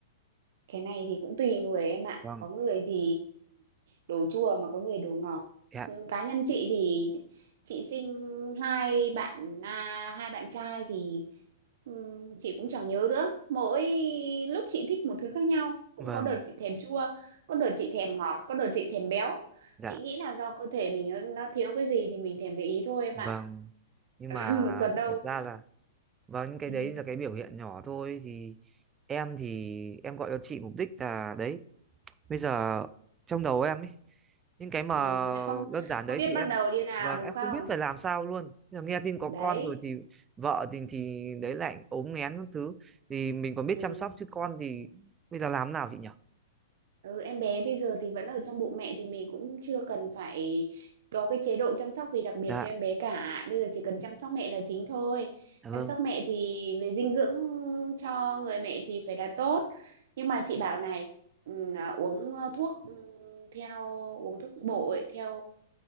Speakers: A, on the right; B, on the right.
A: Cái này thì cũng tùy người em ạ.
B: Vâng.
A: Có người thì đồ chua mà có người đồ ngọt.
B: Dạ.
A: Ừ, Cá nhân chị thì chị sinh hai bạn à, hai bạn trai thì Ừ, chị cũng chẳng nhớ nữa mỗi lúc chị thích một thứ khác nhau cũng
B: Vâng.
A: có đợt chị thèm chua có đợt chị thèm ngọt có đợt chị thèm béo
B: Dạ
A: chị nghĩ là do cơ thể mình nó, nó thiếu cái gì thì mình thèm cái ý thôi em
B: Vâng,
A: ạ <laughs>
B: nhưng
A: Ừ,
B: mà
A: còn đâu
B: thật ra là vâng những cái
A: ừ,
B: đấy là cái biểu hiện nhỏ thôi thì em thì em gọi cho chị mục đích là đấy. Bây giờ trong đầu em ấy những cái mà
A: ừ, nó không
B: đơn giản
A: không
B: đấy
A: biết
B: thì
A: bắt
B: em
A: đầu như nào
B: vâng
A: đúng
B: em
A: không
B: không biết phải làm sao luôn. Bây giờ nghe tin có
A: đấy
B: con rồi thì vợ thì thì đấy lại ốm nghén các thứ thì mình còn biết
A: ừ.
B: chăm sóc chứ con thì bây giờ làm nào chị nhỉ?
A: Ừ, em bé bây giờ thì vẫn ở trong bụng mẹ thì mình cũng chưa cần phải có cái chế độ chăm sóc gì đặc biệt
B: Dạ,
A: cho em bé cả. Bây giờ chỉ cần chăm sóc mẹ là chính thôi.
B: dạ vâng,
A: Chăm sóc mẹ thì về dinh dưỡng cho người mẹ thì phải là tốt. Nhưng mà chị bảo này, ừ, à, uống ờ, thuốc ừ, theo uống thuốc bổ theo